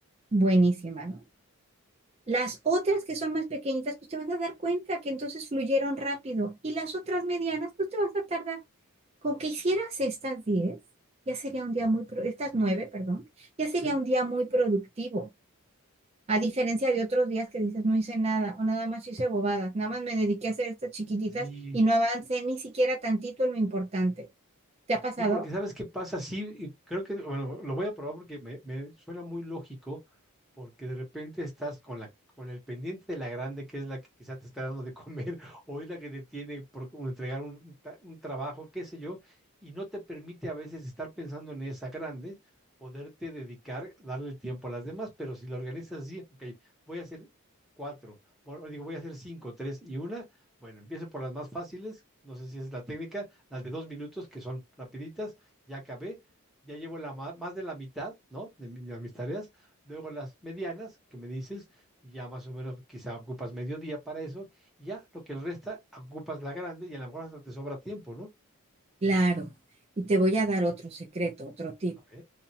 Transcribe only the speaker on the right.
Buenísima, ¿no? Las otras que son más pequeñitas, pues te vas a dar cuenta que entonces fluyeron rápido. Y las otras medianas, pues te vas a tardar. Con que hicieras estas 10, ya sería un día muy, pro- estas 9, perdón, ya sería
un día muy productivo. A diferencia de otros días que dices, no hice nada o nada más hice bobadas, nada más me dediqué a hacer estas chiquititas
y no avancé ni siquiera tantito en lo importante. ¿Te ha pasado?
Claro. Y te voy a dar otro secreto, otro tip.